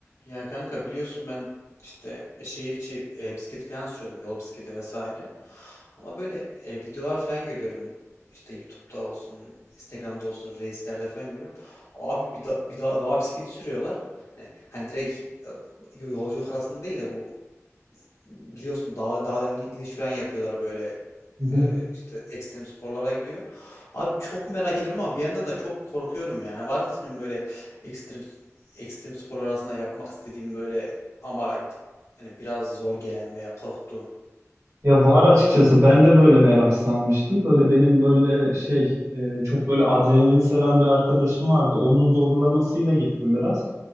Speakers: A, on the left; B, on the right.
A: Ya kanka biliyorsun ben işte e, şehir içi e, bisiklet falan sürüyordum. Yol bisikleti vesaire. Ama böyle e, videolar falan görüyorum. İşte YouTube'da olsun, Instagram'da olsun, Reels'lerde falan görüyorum. Abi bir, da, bir da, dağ bisikleti sürüyorlar. Hani, hani direkt e, yolculuk arasında değil de bu biliyorsun dağ, dağdan in- iniş falan yapıyorlar böyle
B: Hı hı.
A: e, işte ekstrem sporlara giriyor. Abi çok merak ediyorum ama bir yandan da çok korkuyorum yani. Var mı senin böyle ekstrem ekstrem sporlar arasında yapmak istediğin böyle ama yani biraz zor gelen veya korktuğun?
B: Ya var açıkçası ben de böyle merak salmıştım. Böyle benim böyle şey e, çok böyle adrenalin seven bir arkadaşım vardı. Onun zorlamasıyla gittim biraz.